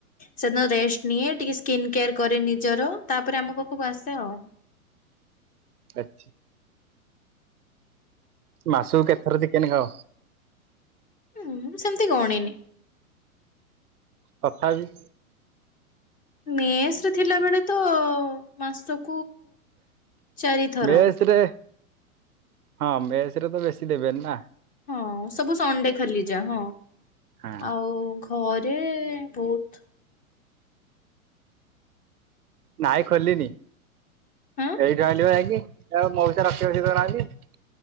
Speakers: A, on the left; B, on the right.
A: ସେଦିନ ରେଷ୍ଟେ ନିଏ ଟିକେ ସ୍କିନ୍ କେୟାର କରେ ନିଜର। ତାପରେ ଆମ ପାଖକୁ ଆସେ ଆଉ।
B: ଆଚ୍ଛା। ମାସକୁ କେତେଥର ଚିକେନ୍ ଖାଅ?
A: ଉମ୍ ସେମିତି ଗଣିନି।
B: ତଥାବିି?
A: ମେସରେ ଥିଲା ବେଳେତ ମାସକୁ ଚାରିଥର
B: ମେସରେ ହଁ ମେସରେତ ବେଶୀ ଦେବେନିନା।
A: ହଁ ସବୁ ସଣ୍ଡେ ଖାଲି ଯା ହଁ
B: ହଁ
A: ଆଉ ଘରେ ବହୁତ୍
B: ନାଇଁ ଖୋଲିନି।
A: ଆଁ
B: ଏଇଠୁ ଆଣିଲିବା ଯାଇକି ଏରା ମଉସା ରଖେଇ ବସେଇ ଦେଉନାହାନ୍ତି।